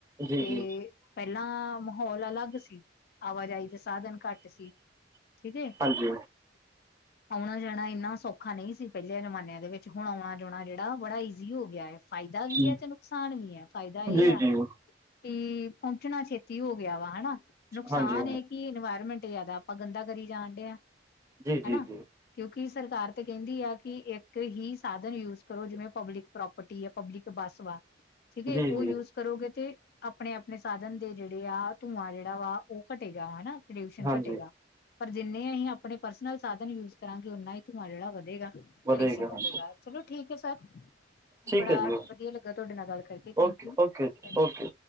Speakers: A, on the right; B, on the left.
A: ਜੀ
B: ਤੇ
A: ਜੀ
B: ਪਹਿਲਾਂ ਮਾਹੌਲ ਅਲੱਗ ਸੀ। ਆਵਾਜਾਈ ਦੇ ਸਾਧਨ ਘੱਟ ਸੀ। ਠੀਕ ਏ।
A: ਹਾਂਜੀ।
B: <inaudible> ਆਉਣਾ- ਜਾਣਾ ਇੰਨਾ ਸੌਖਾ ਨਹੀਂ ਸੀ ਪਹਿਲੇ ਜਮਾਨਿਆਂ ਦੇ ਵਿੱਚ ਹੁਣ ਆਉਣਾ- ਜਾਣਾ ਜਿਹੜਾ ਬੜਾ ਈ ਕੀ ਹੋ ਗਿਆ ਹੈ। ਫਾਇਦਾ ਵੀ
A: ਜੀ
B: ਹੈ
A: ਜੀ
B: ਤੇ ਨੁਕਸਾਨ ਵੀ ਹੈ। ਫਾਇਦਾ
A: ਹਾਂਜੀ
B: ਇਹ ਆ ਕਿ ਪਹੁੰਚਣਾ ਛੇਤੀ ਹੋ ਗਿਆ ਵਾ ਹਨਾ। ਨੁਕਸਾਨ
A: ਹਾਂਜੀ
B: ਇਹ ਕਿ ਇਨਵਾਇਰਮੈਂਟ ਜਾਦਾ ਆਪਾਂ ਗੰਦਾ ਕਰੀ ਜਾਣ ਡੇਆ ਹਾਂ
A: ਜੀ ਜੀ
B: ਹਨਾ।
A: ਜੀ
B: ਕਿਉਂਕਿ ਸਰਕਾਰ ਤੇ ਕਹਿੰਦੀ ਆ ਕਿ ਇੱਕ ਹੀ ਸਾਧਨ ਯੂਜ ਕਰੋ ਜਿਵੇਂ ਪਬਲਿਕ ਪ੍ਰੋਪਰਟੀ ਹੈ। ਪਬਲਿਕ ਬੱਸ ਵਾ। ਠੀਕ
A: ਜੀ
B: ਉਹ
A: ਜੀ
B: ਯੂਜ ਕਰੋਗੇ ਤੇ, ਆਪਣੇ- ਆਪਣੇ ਸਾਧਨ ਦੇ ਜਿਹੜੇ ਆ ਧੂੰਆਂ ਜਿਹੜਾ ਵਾ ਉਹ ਘਟੇਗਾ ਹਨਾ। ਪੱਲੂਸ਼ਨ
A: ਹਾਂਜੀ
B: ਘਟੇਗਾ ਪਰ ਜਿੰਨੇ ਅਸੀਂ ਆਪਣੇ ਪਰਸਨਲ ਸਾਧਨ ਯੂਜ ਕਰਾਂਗੇ ਉਨਾ ਹੀ ਧੂੰਆਂ ਜਿਹੜਾ ਵਧੇਗਾ।
A: ਵਧੇਗਾ
B: ਬੜੀਗਾ
A: ਹਾਂਜੀ
B: ਚਲੋ ਠੀਕ ਹੈ। ਸਰਬੜਾ
A: ਠੀਕ ਹੈ ਜੀ
B: ਵਧੀਆ ਲੱਗਾ ਤੁਹਾਡੇ ਨਾਲ ਗੱਲ ਕਰਕੇ। Thank
A: okay
B: you,
A: okay
B: thank you.
A: Okay